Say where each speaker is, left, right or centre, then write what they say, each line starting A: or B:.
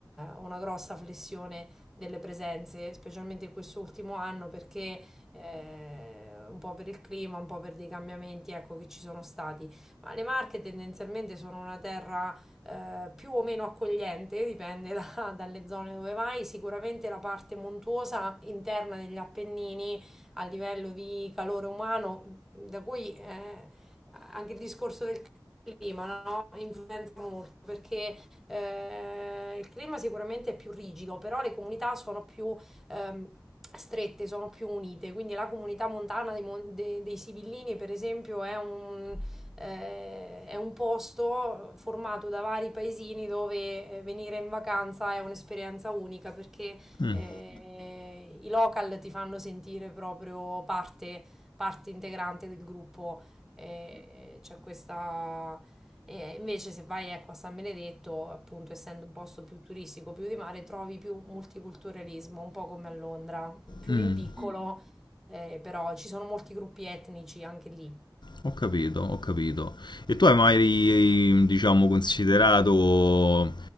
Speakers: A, in the centre; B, on the left.
A: una grossa flessione delle presenze, specialmente in quest'ultimo anno, perché eh, un po' per il clima, un po' per dei cambiamenti, ecco, che ci sono stati. Ma le Marche tendenzialmente sono una terra eh, più o meno accogliente, dipende da- <laughs> dalle zone dove vai. Sicuramente la parte montuosa interna degli Appennini a livello di calore umano, da cui eh, anche il discorso del clima, clima no? Influenza molto perché eh, il clima sicuramente è più rigido, però le comunità sono più ehm, strette, sono più unite. Quindi la comunità montana dei, mon- de- dei Sibillini, per esempio, è un, eh, è un posto formato da vari paesini dove eh, venire in vacanza è un'esperienza unica perché
B: Mm,
A: eh, i local ti fanno sentire proprio parte, parte integrante del gruppo. E, e c'è questa e invece se vai ecco, a San Benedetto, appunto, essendo un posto più turistico, più di mare, trovi più multiculturalismo, un po' come a Londra, più
B: mm,
A: in Mm. piccolo, eh, però ci sono molti gruppi etnici anche lì.
B: ho capito, ho capito. E tu hai mai, diciamo, considerato